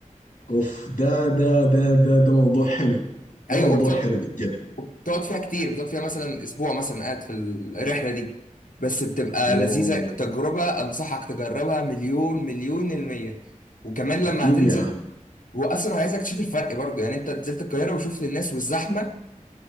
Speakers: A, on the left (about 65°); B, on the left (about 80°).
A: اوف ده ده ده ده ده موضوع حلو ده
B: ايوه
A: موضوع
B: وبتقعد
A: حلو بالجد
B: بتقعد فيها كتير بتقعد فيها مثلا اسبوع مثلا قاعد في الرحله دي بس بتبقى
A: اوه
B: لذيذه تجربه انصحك تجربها مليون مليون المية وكمان
A: اكيد
B: لما هتنزل
A: يا مان
B: واصلا عايزك تشوف الفرق برضه يعني انت نزلت القاهره وشفت الناس والزحمه